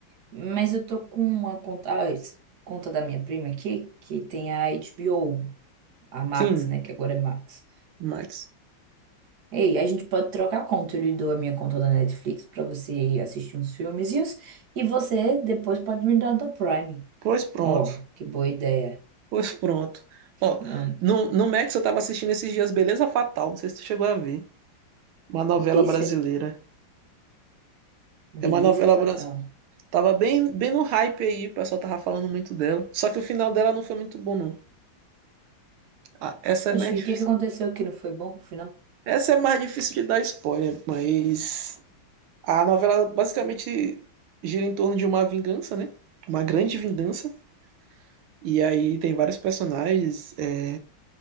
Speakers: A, on the right; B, on the right.
A: Mas eu tô com uma conta, ah, esse- conta da minha prima aqui, que tem a HBO, a Max,
B: Sim,
A: né? Que agora é Max.
B: Max.
A: Ei, a gente pode trocar a conta. Eu lhe dou a minha conta da Netflix pra você assistir uns filmezinhos e você depois pode me dar da Prime.
B: Pois pronto.
A: Ó, que boa ideia.
B: Pois pronto. Ó,
A: Não,
B: no, no Max eu tava assistindo esses dias Beleza Fatal, não sei se tu chegou a ver. Uma novela
A: Esse
B: brasileira.
A: é beleza
B: É uma novela
A: fatal.
B: brasileira. Tava bem, bem no hype aí, o pessoal tava falando muito dela. Só que o final dela não foi muito bom, não. Ah, essa é mais
A: Oxi,
B: difícil.
A: o que que aconteceu que não foi bom no final?
B: Essa é mais difícil de dar spoiler, mas a novela basicamente gira em torno de uma vingança, né? Uma grande vingança. E aí tem vários personagens. é,